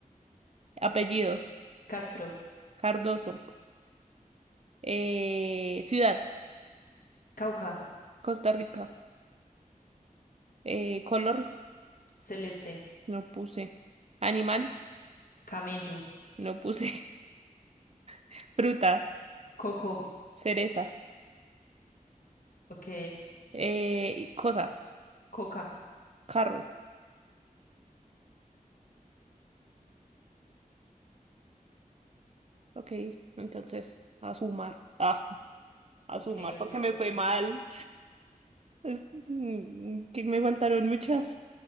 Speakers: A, on the right; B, on the left.
A: Apellido,
B: Castro,
A: Cardoso. Eh, ciudad,
B: Cauca,
A: Costa Rica. Eh, color,
B: Celeste,
A: no puse. Animal,
B: Camello,
A: no puse. <laughs> Fruta,
B: Coco.
A: cereza.
B: Ok.
A: Eh, y cosa,
B: Coca.
A: carro. Ok, entonces, a sumar. Ah, <laughs> a sumar
B: Ok, ok,
A: porque me
B: ok.
A: fue mal. Es- mm, que me faltaron muchas.